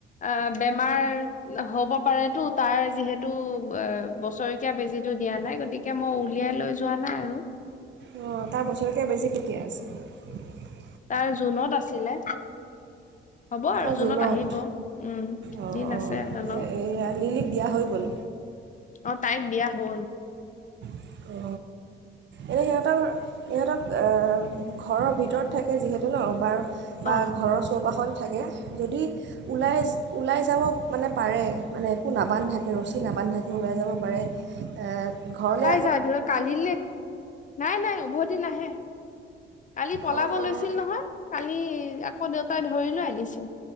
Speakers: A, on the left (about 40°); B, on the right (about 65°).
A: অ বেমাৰ হব পাৰেতো তাৰ যিহেতু বছৰেকীয়া বেজিটো দিয়া নাই গতিকে তে মই উলিয়াই লৈ যোৱা নাই আৰু
B: অ তাৰ বছৰেকীয়া বেজি কেতিয়া আছে।
A: তাৰ জুনত আছিলে। হ'ব আৰু
B: অ জুনত
A: আহিব উম
B: অ
A: দিন
B: অ
A: আছে জনৰ
B: এইয়া লিলিক দিয়া হৈ গ'ল।
A: অ তাইৰ বিয়া হল।
B: অ এনেই সিহঁতৰ ইহঁতক ঘৰৰ ভিতৰত থাকে যিহেতু ন বাৰ বা
A: অ
B: ঘৰৰ চৌপাশখন থাকে যদি ওলাই ওলাই যাব মানে পাৰে মানে একো নাবান্ধাকে ৰছী নাবান্ধাকে ওলাই যাব পাৰে এ ঘৰলে
A: জানো! কালিলে নাই নাই উভতি নাহে। কালি পলাব
B: অঁ
A: লৈছিল
B: অঁ
A: নহয় কালি ই দেউতাই ধৰি লৈ আনিছে।